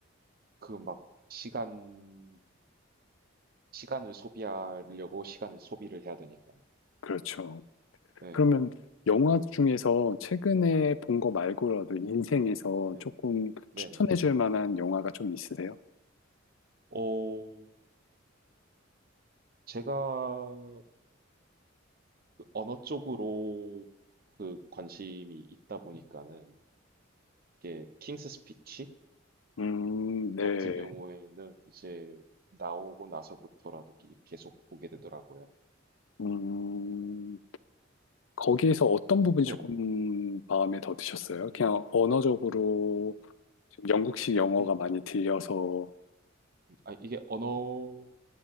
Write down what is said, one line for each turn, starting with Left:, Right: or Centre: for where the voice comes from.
Right: 그 막 시간, 시간을 소비하려고 시간을 소비를 해야 되니까.
Left: 그렇죠.
Right: 네.
Left: 그러면
Right: 그,
Left: 영화 중에서
Right: 네.
Left: 최근에
Right: 음,
Left: 본 거 말고라도 인생에서
Right: 네네.
Left: 조금
Right: 네네.
Left: 추천해 줄 만한 영화가 좀 있으세요?
Right: 어, 제가 그 언어 쪽으로 그 관심이 있다 보니까는 이게 킹스 스피치
Left: 음, 네.
Right: 같은 경우에는 이제 나오고 나서부터라도 기- 계속 보게 되더라고요.
Left: 음, 거기에서 어떤 부분이
Right: 네네.
Left: 조금 마음에 더 드셨어요?
Right: 음,
Left: 그냥 언어적으로
Right: 음.
Left: 좀 영국식 영어가
Right: 네.
Left: 많이 들려서,
Right: 아, 이게 언어